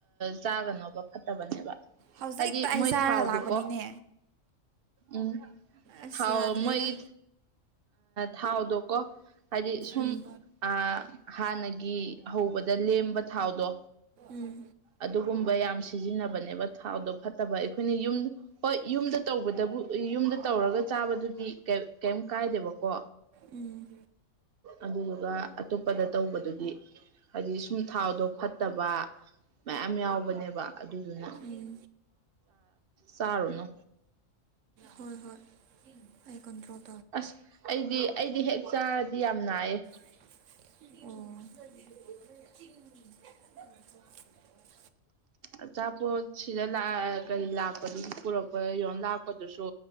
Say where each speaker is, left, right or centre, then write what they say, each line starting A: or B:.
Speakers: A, on the right (about 55°); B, on the right (about 70°).
A: ꯆꯥꯒꯅꯣꯕ ꯐꯠꯇꯕꯅꯦꯕ
B: ꯍꯧꯖꯤꯛꯇ
A: ꯍꯥꯏꯗꯤ
B: ꯑꯩ
A: ꯃꯣꯏ
B: ꯆꯥꯔꯒ
A: ꯊꯥꯎꯗꯨꯀꯣ
B: ꯂꯥꯛꯄꯅꯤꯅꯦ
A: ꯎꯝ
B: ꯑꯁ
A: ꯊꯥꯎ
B: ꯌꯥꯗ
A: ꯃꯣꯏꯒꯤ
B: ꯔꯗ
A: ꯊꯥꯎꯗꯣꯀꯣ ꯍꯥꯏꯗꯤ ꯁꯨꯝ
B: ꯎꯝ
A: ꯑ ꯍꯥꯟꯅꯒꯤ ꯍꯧꯕꯗ ꯂꯦꯝꯕ ꯊꯥꯎꯗꯣ
B: ꯎꯝ
A: ꯑꯗꯨꯒꯨꯝꯕ ꯌꯥꯝ ꯁꯤꯖꯤꯟꯅꯕꯅꯦꯕ ꯊꯥꯎꯗꯣ ꯐꯠꯇꯕ ꯑꯩꯈꯣꯏꯅ ꯌꯨꯝ ꯍꯣꯏ ꯌꯨꯝꯗ ꯇꯧꯕꯗꯕꯨ ꯌꯨꯝꯗ ꯇꯧꯔꯒ ꯆꯥꯕꯗꯨꯗꯤ ꯀꯩꯝ ꯀꯥꯏꯗꯦꯕꯀꯣ
B: ꯎꯝ
A: ꯑꯗꯨꯗꯨꯒ ꯑꯇꯣꯞꯄꯗ ꯇꯧꯕꯗꯨꯗꯤ ꯍꯥꯏꯗꯤ ꯁꯨꯝ ꯊꯥꯎꯗꯣ ꯐꯠꯇꯕ ꯃꯌꯥꯝ ꯌꯥꯎꯕꯅꯦꯕ ꯑꯗꯨꯗꯨꯅ
B: ꯎꯝ
A: ꯆꯥꯔꯨꯅꯨ
B: ꯍꯣꯏ ꯍꯣꯏ ꯑꯩꯥꯏ ꯀꯣꯟꯇ꯭ꯔꯣꯜ
A: ꯑꯁ ꯑꯩꯗꯤ ꯑꯩꯗꯤ ꯍꯦꯛ ꯆꯥꯔꯗꯤ ꯌꯥꯝ ꯅꯥꯏꯌꯦ
B: ꯑꯣ
A: ꯑꯆꯥꯄꯣꯠ ꯁꯤꯗꯑ ꯀꯔꯤ ꯂꯥꯛꯄꯗꯨꯁꯨ ꯄꯨꯔꯛꯄ ꯌ ꯂꯥꯛꯄꯗꯨꯁꯨ